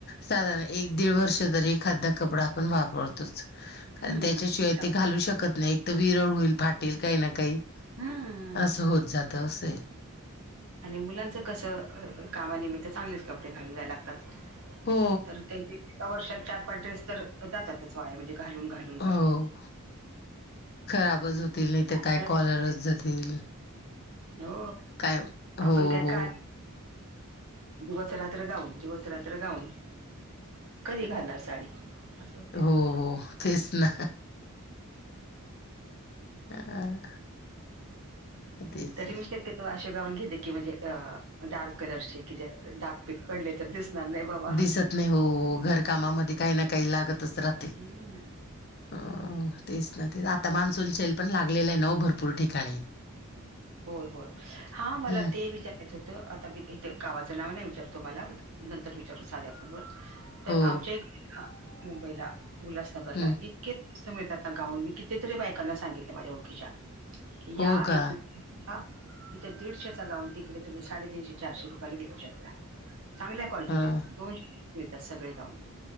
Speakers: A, on the left (about 45°); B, on the right (about 70°).
A: साधारण एक दीड वर्ष तरी एखादा कपडा आपण वापरतोच कारण
B: हम्म
A: त्याच्याशिवाय
B: हम्म. टाकून.
A: ते घालू शकत नाही एक तर विरळ होईल, फाटेल काही ना काही
B: हम्म.
A: असं होत जात असं आहे.
B: आणि मुलांचं कसं कामानिमित्त चांगलेच कपडे घालून जायला लागतात.
A: हो
B: तर त्यांचे वर्षात चार, पाच ड्रेस तर जातातच वाया म्हणजे घालून घालून घालून
A: हो
B: घालून.
A: खराबच होतील नाही
B: आपल्याला
A: तर काय कॉलरच
B: कुठे
A: जातील.
B: येते? हो
A: काय हो
B: आपण काय
A: हो.
B: काय दिवस रात्र गाऊन दिवस रात्र गाऊन. कधी घालणार साडी? असं होते
A: हो
B: ना.
A: हो तेच ना. हां, तेच
B: तरी
A: आहे
B: मी शक्य तो अशे गाऊन घेते की म्हणजे अ डार्क कलर चे की जे डार्क पीक पडले तर दिसणार नाही. बाबा.
A: दिसत नाही हो हो घरकामामध्ये काही ना काही लागतच राहते.
B: हम्म
A: अ तेच ना ते आता मान्सून
B: म्हणजे
A: शेल पण लागलेला आहे ना ओ भरपूर ठिकाणी.
B: होय होय हा मला
A: ह
B: ते विचार रायच होतं आता मी इथं गावाचं नाव नाही विचारतो मला नंतर विचारू साध्या फोन वर. तर
A: हो,
B: आमच्या <inaudible> मुंबईला उल्हासनगरला
A: हं,
B: इतके मस्त मिळतात ना गाऊन मी कितीतरी बायकांना सांगितलं माझ्या ओळखीच्या की
A: हो का?
B: ईथून <inaudible> इथं दिडशेचा गाऊन तिकडे तुम्ही साडेतीनशे, चारशे रुपयला विकू शकता. चांगल्या क्वालिटीचे
A: हां,
B: दोनशे <inaudible> मिळतात सगळे गाऊन.